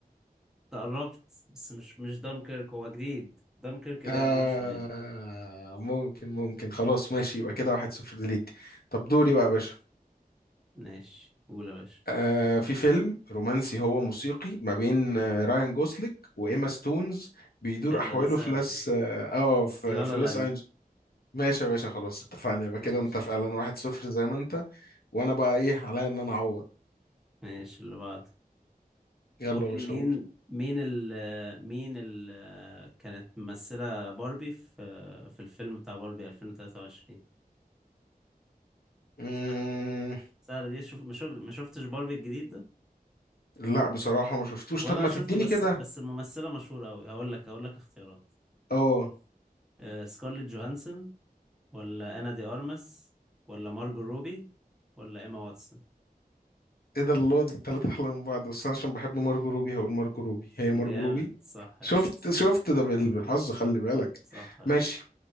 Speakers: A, in the centre; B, on the left.
A: تقربت بس مش مش دانكيرك هو جديد دانكيرك ده
B: آه
A: قديم شوية
B: ممكن ممكن خلاص ماشي يبقى كده واحد صفر ليك طب دوري بقى يا باشا
A: ماشي قول يا باشا
B: آه في فيلم رومانسي هو موسيقي ما بين آه رايان جوسليك وإيما ستونز بيدور
A: حلوة
B: أحواله
A: دي سهلة
B: في لاس
A: دي
B: اه آه، في,
A: لا
B: في
A: لا
B: لوس
A: لاند
B: أنجلوس ماشي يا باشا خلاص اتفقنا يبقى
A: ماشي
B: كده انت فعلا واحد صفر زي ما انت وانا بقى ايه عليا ان انا اعوض
A: ماشي اللي بعده
B: يلا
A: قول
B: يا
A: لي
B: باشا
A: مين
B: اقول
A: مين ال مين ال كانت ممثلة باربي في في الفيلم بتاع باربي 2023
B: مم...
A: سهلة دي سهلة دي شوف ما شوف ما شفتش باربي الجديد ده
B: لا بصراحة ما شفتوش
A: ولا
B: طب ما
A: انا شفته
B: تديني
A: بس
B: كده
A: بس الممثلة مشهورة قوي هقول لك هقول لك اختيارات
B: اه
A: آه، سكارليت جوهانسون ولا انا دي ارمس ولا مارجو روبي ولا ايما واتسون
B: ايه ده الله دي التلاتة احلى من بعض بس انا عشان بحب مارجو
A: <laughs>
B: روبي هقول مارجو روبي هي
A: جامد
B: مارجو روبي
A: صح يا
B: شفت
A: اسطى صح
B: شفت ده بال- بالحظ خلي بالك
A: صح يا باشا
B: ماشي